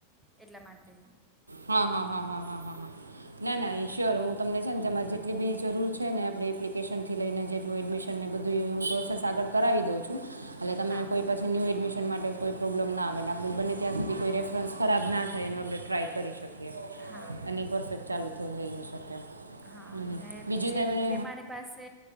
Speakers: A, in the centre; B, on the right.
A: એટલા માટે.
B: હ હ હ હ હ ના ના શ્યોર ઈ હું તમને છે ને તમાર જેટલી બી જરૂર છે ને આપડે એપ્લિકેશનથી લઈને જેટલું એડમિશન બધુંય હું પ્રોસેસ આગળ કરાવી દઉં છું એટલે તમને
A: હા
B: કોઈ પછી ન્યૂ એડમિસન માટે કોઈ પ્રોબ્લમ ના આવે અને આપણે બંને ત્યાં સુધી કોઈ રેફરન્સ ખરાબ ના થાય એનું આપણે ટ્રાય કરી શકે
A: હા
B: અને ઈ પરફેક્ટ ચાલુ <unintelligible> હોય શકે
A: હા
B: હમ, હમ.
A: ને
B: બીજું
A: બીજે
B: તમે
A: એક બે મારી પાસે